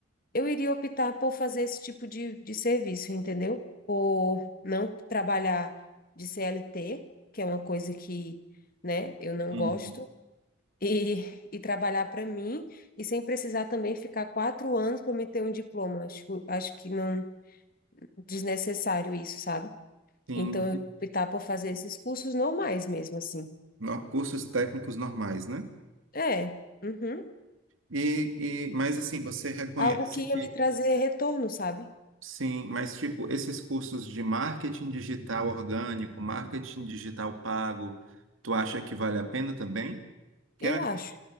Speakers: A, on the left; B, on the right.
A: eu iria optar por fazer esse tipo de, de serviço, entendeu? Por não trabalhar de CLT, que é uma coisa que, né, eu não
B: Uhum.
A: gosto, e, e trabalhar para mim, e sem precisar também ficar quatro anos para me ter um diploma. Acho, acho que não desnecessário isso, sabe?
B: Sim,
A: Então, eu ia optar por fazer esses cursos normais mesmo, assim.
B: no- cursos técnicos normais, né?
A: É, uhum.
B: E, e, mas assim, você reconhece
A: Algo que
B: que
A: ia me trazer retorno, sabe?
B: sim, mas tipo, esses cursos de marketing digital orgânico, marketing digital pago, tu acha que vale a pena também? Que
A: Eu
B: é
A: acho.